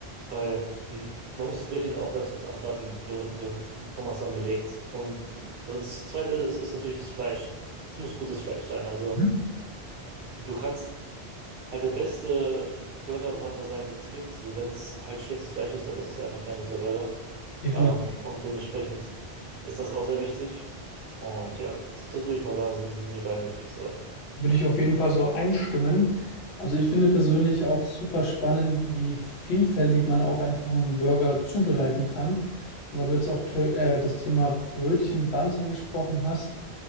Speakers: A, on the right (about 65°); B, on the left (about 80°).
A: weil m, man muss das Brötchen auch ganz kurz anbraten, be- be- be- bevor man es dann belegt. Und das Zweite ist, ist natürlich das Fleisch. Es muss gutes Fleisch sein. Also
B: Mhm.
A: du kannst halt der beste Burgerbrater sein, den es gibt. So, wenn es halt schlechtes Fleisch ist, dann ist es einfach kein guter Burger.
B: Definitiv.
A: Ähm, und dementsprechend ist das auch sehr wichtig. Und ja, d- das würde ich mal sagen, sind, sind die beiden wichtigsten Sachen.
B: Würde ich auf jeden Fall so einstimmen. Also, ich finde persönlich auch super spannend, wie vielfältig man auch einfach einen Burger zubereiten kann. Und weil du jetzt auch tö- äh, das Thema Brötchen, Buns angesprochen hast,